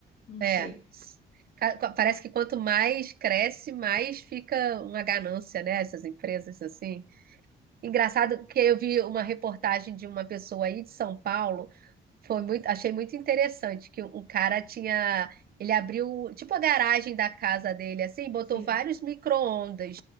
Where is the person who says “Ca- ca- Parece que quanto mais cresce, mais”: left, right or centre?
Right